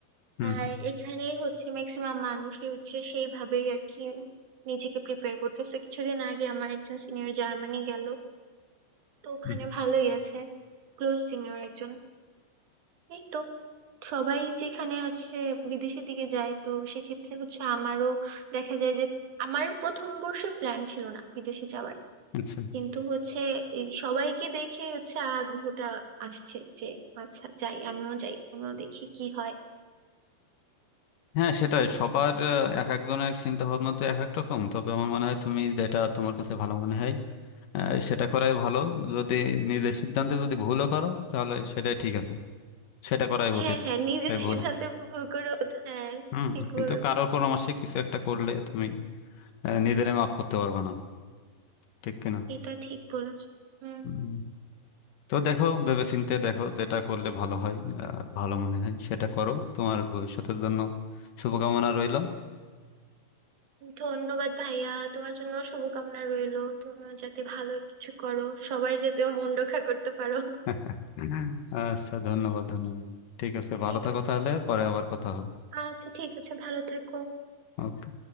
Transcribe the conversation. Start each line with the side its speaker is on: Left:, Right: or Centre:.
Left: হুম
Right: আর
Left: হুম
Right: এখানে হচ্ছে ম্যাক্সিমাম মানুষই হচ্ছে সেইভাবেই আর কি নিজেকে প্রিপেয়ার করতেছে কিছুদিন আগে আমার একজন সিনিয়র জার্মানি গেল তো ওখানে
Left: হুম,
Right: ভালোই আছে ক্লোজ সিনিয়র একজন এই তো সবাই যেখানে হচ্ছে বিদেশের দিকে যায় তো সেক্ষেত্রে হচ্ছে আমারও দেখা যায় যে আমার প্রথম বর্ষে প্ল্যান ছিল না বিদেশে যাওয়ার
Left: আচ্ছা
Right: কিন্তু হচ্ছে এই সবাইকে দেখে হচ্ছে আগ্রহটা আসছে যে আচ্ছা যাই আমিও যাই আমিও দেখি কি হয়
Left: হ্যাঁ সেটাই সবার আহ, এক একজনের চিন্তা ভাবনা তো এক এক রকম তবে আমার মনে হয় তুমি যেটা তোমার কাছে ভালো মনে হয় আহ, সেটা করাই ভালো যদি নিজের সিদ্ধান্তে যদি ভুলও করো তাহলে সেটাই ঠিক আছে সেটা করাই
Right: হ্যাঁ
Left: উচিত
Right: হ্যাঁ নিজের
Left: তাই ভুল
Right: সিদ্ধান্তে ভুল করে হ্যাঁ
Left: হুম
Right: ঠিক
Left: কিন্তু
Right: বলেছো
Left: কারোর পরামর্শে কিছু একটা করলে তুমি আহ, নিজেরে মাফ করতে পারবো না ঠিক কিনা
Right: এটা ঠিক বলেছো হুম
Left: হুম। তো দেখো ভেবেচিন্তে দেখো যেটা করলে ভালো হয় আহ, ভালো মনে হয় সেটা করো তোমার ভবিষ্যতের জন্য শুভকামনা রইল
Right: ধন্যবাদ ভাইয়া তোমার জন্য শুভকামনা রইলো তুমি যাতে ভালো কিছু করো সবার যাতেও মন রক্ষা করতে পারো
Left: <laughs> আচ্ছা ধন্যবাদ ধন্যবাদ ঠিক আছে
Right: ঠিক
Left: ভালো থাকো
Right: আছে
Left: তাহলে পরে আবার কথা হবে
Right: আচ্ছা ঠিক আছে ভালো থাকো
Left: ওকে